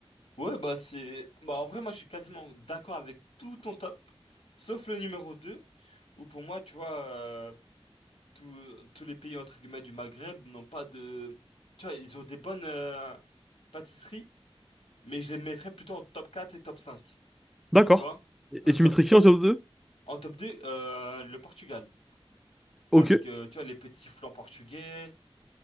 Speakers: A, on the left; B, in the centre.
A: Ouais, bah, c'est. Bah, en vrai, moi, je suis quasiment d'accord avec tout ton top, sauf le numéro deux où pour moi, tu vois, euh, tous tous les pays, entre guillemets, du Maghreb n'ont pas de. Tu vois, ils ont des bonnes euh, pâtisseries, mais je les mettrais plutôt en top 4 et top cinq, Tu
B: D'accord.
A: vois?
B: Et
A: Euh,
B: et
A: top...
B: tu mettrais qui en top 2?
A: En top deux euh, le Portugal.
B: Ok,
A: Avec, euh, tu vois, les petits flancs portugais